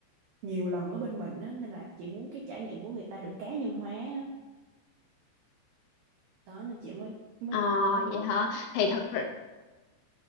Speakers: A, on the right (about 85°); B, on the left (about 75°).
A: nhiều lần ở bên mình á nên là chị muốn cái trải nghiệm của người ta được cá nhân hóa á. đó nên chị mới mới
B: À
A: mới
B: vậy
A: hỏi
B: hả? Thì thật